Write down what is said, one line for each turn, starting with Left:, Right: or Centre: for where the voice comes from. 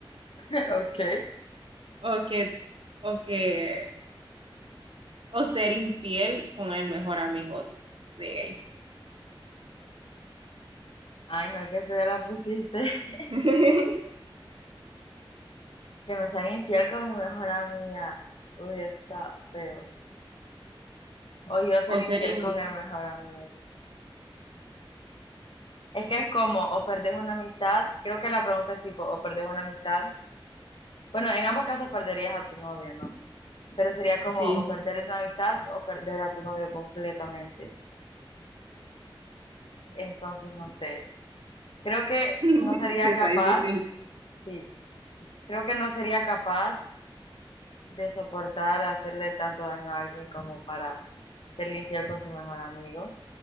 Left: <laughs> ok.
Right: o que, o que, o ser infiel con el mejor amigo de él,
Left: Ay, no, qué feo la pusiste. <laughs>
Right: <laughs>
Left: Que me sea infiel con mi mejor amiga. Uy, está feo. o yo ser
Right: o
Left: infiel
Right: ser in-
Left: con el mejor amigo. Es que es como, o perdés una amistad, creo que la pregunta es tipo, o perdés una amistad. Bueno, en ambos casos perderías a tu novio, ¿no? Pero sería como,
Right: sí,
Left: o perder una amistad o perder a tu novio completamente. Entonces, no sé. Creo que
Right: <laughs>
Left: no sería
Right: sí está
Left: capaz,
Right: difícil,
Left: sí, creo que no sería capaz de soportar hacerle tanto daño a alguien como para serle infiel con su mejor amigo.